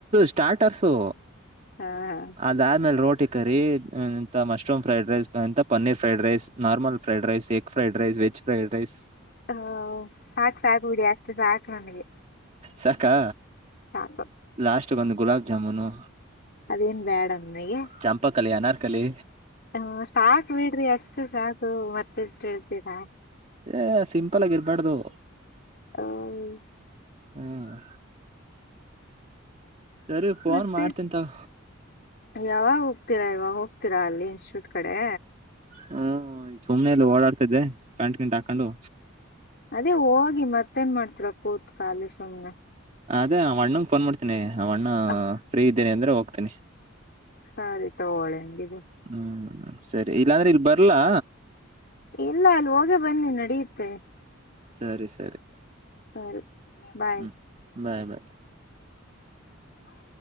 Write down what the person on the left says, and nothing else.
ಹಾ ಹಾ-
ಹ ಸಾಕ್ು ಸಾಕು ಬಿಡಿ ಅಷ್ಟು ಸಾಕು ನನ್ಗೆ.
ಸಾಕ.
ಅದೇನ್ ಬ್ಯಾಡ ನನಗೆ.
ಹ್ಮ ಸಾಕು ಬಿಡ್ರಿ ಅಷ್ಟು ಸಾಕು ಮತ್ತೆಷ್ಟು ಹೇಳ್ತೀರಾ.
ಹ್ಮ-
ಮತ್ತೆ
ಯಾವಾಗ ಹೋಗ್ತೀರಾ ಇವಾಗ ಹೋಗ್ತೀರಾ ಅಲ್ಲಿ ಇನ್ಸ್ಟಿಟ್ಯೂಟ್ ಕಡೆ.
ಅದೇ ಹೋಗಿ ಮತ್ತೇನ್ ಮಾಡ್ತರ ಕೂತ್ ಕಾಲಿ ಸುಮ್ನೆ.
ಅ
ಸರಿ ತಗೊಳ್ಳಿ ಹಂಗಿದ್ರೆ
ಎಲ್ಲ ಅಲ್ಲಿ ಹೋಗೇ ಬನ್ನಿ ನಡೆಯುತ್ತೆ.
ಸರಿ ಬಾಯ್.
ಹ-